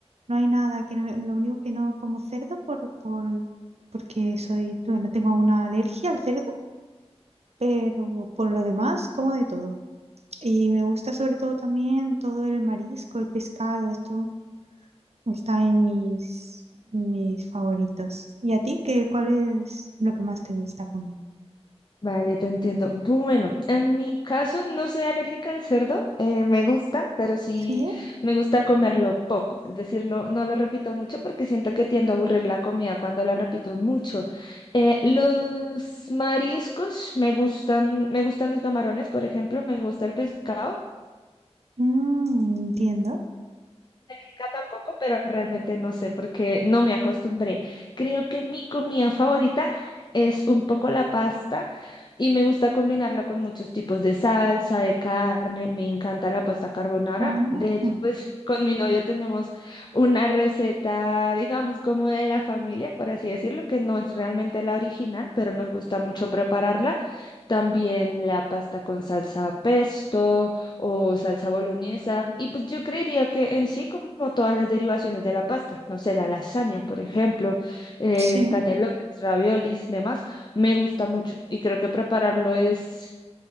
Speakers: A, on the right (about 70°); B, on the left (about 40°).
A: no hay nada que no me- lo único que no como cerdo por, por porque soy, no tengo una alergia al cerdo, pero por lo demás como de todo. Y me gusta sobre todo también todo el marisco, el pescado, esto está en mis mis favoritos. ¿Y a ti qué cuál es lo que más te gusta comer?
B: Vale, te entiendo. Bueno, en mi caso no soy alérgica al cerdo, eh, me gusta, pero sí
A: Sí.
B: me gusta comerlo poco. Es decir, no, no lo repito mucho porque siento que tiendo a aburrir la comida cuando la repito mucho. Eh, los mariscos me gustan, me gustan los camarones, por ejemplo, me gusta el pescado.
A: Mm, entiendo.
B: rica tampoco, pero realmente no sé porque no me acostumbré. Creo que mi comida favorita es un poco la pasta y me gusta combinarla con muchos tipos de salsa, de carne. Me encanta la pasta carbonara.
A: Oh,
B: De hecho,
A: mm.
B: pues con mi novio tenemos una receta, digamos, como de la familia, por así decirlo, que no es realmente la original, pero nos gusta mucho prepararla. También la pasta con salsa pesto o salsa boloñesa. Y pues yo creería que en sí, como todas las derivaciones de la pasta, no sé, la lasaña, por ejemplo, eh,
A: sí,
B: canelones, raviolis, demás, me gusta mucho y creo que prepararlo es